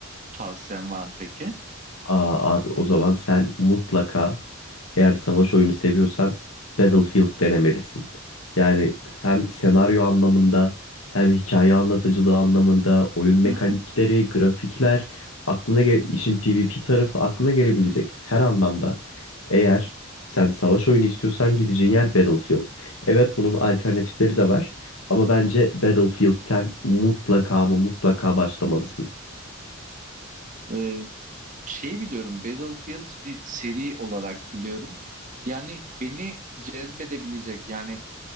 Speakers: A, on the right (about 40°); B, on the left (about 80°).
A: tavsiyen var mı peki?
B: Aa, abi o zaman sen mutlaka eğer savaş oyunu seviyorsan Battlefield denemelisin. Yani hem senaryo anlamında hem hikaye anlatıcılığı anlamında oyun mekanikleri,
A: Hı hı.
B: grafikler, aklına gel işin PvP tarafı aklına gelebilecek her anlamda eğer sen savaş oyunu istiyorsan gideceğin yer Battlefield. Evet bunun alternatifleri de var ama bence Battlefield'ten mutlaka ama mutlaka başlamalısın.
A: E, şeyi biliyorum, Battlefield bir seri olarak biliyorum. Yani beni cezbedebilecek, yani